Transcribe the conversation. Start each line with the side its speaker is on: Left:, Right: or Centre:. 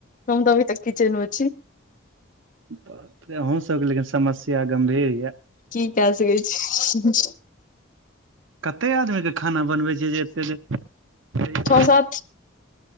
Left: हम तऽ अभी तक किचेन मे छी।
Right: बापरे अहूँ सबके लेकिन समस्या गम्भीर ये।
Left: की केए सकै छी।
Right: कते आदमीके खाना बनबै छीयै, जे एतेक देर।
Left: छ
Right: <unintelligible>
Left: सात। <unintelligible>